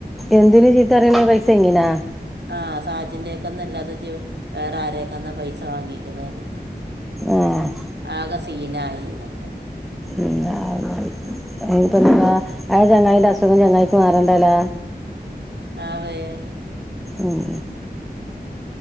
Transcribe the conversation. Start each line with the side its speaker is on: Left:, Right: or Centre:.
Centre: എന്തിന് ചീത്തറയണ് പൈസ കൈഞ്ഞെന
Right: ആഹ് സാജിൻ്റെയക്കെന്നും അല്ലാതെ വേറെ ആരെക്കാന്നാ പൈസ വാങ്ങിക്കണേ പറഞ്ഞിട്ട്.
Centre: ആഹ്
Right: ആകെ സീനായിന്നൊക്കെ
Centre: ഉനി <unintelligible> ന്ന ആ ചങ്ങായിന്റെ അസുഖം ചങ്ങായിക്കും മാറണ്ടല്ല
Right: പാ വേ <unintelligible>
Centre: ഉം